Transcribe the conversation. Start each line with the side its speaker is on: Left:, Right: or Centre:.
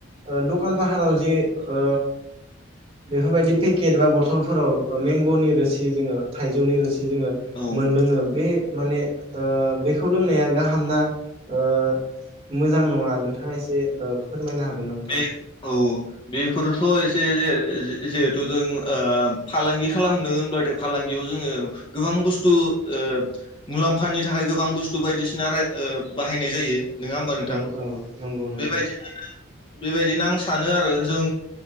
Right: ओ दखान फाहाराव जे ओ बेफोरबायदि पेकेट बा बथलफोराव मेंग'नि रोसि जोङो थाइजौनि रोसि जे जोंङो
Left: औ
Right: मोनलोंङो बे माने ओ बे खौ लोंनाया गाहामना ओ मोजां नङा नोंथाङा एसे फोरमायनो हागोना नोंथां?
Left: बे औ बेफोरथ' एसे जिहेथु जों ओ फालांगि खालामनो होनबाथाये फालांगि बेयाव जोङो गोबां बुस्थु ओ मुलाम्फानि थाखाय गोबां बुस्थु बायदिसिना बाहायनाय जायो नङा होमबा नोंथां
Right: औ औ नंगौ नंगौ
Left: बेबायदिनो बेबायदिनो आं सानो आरो जों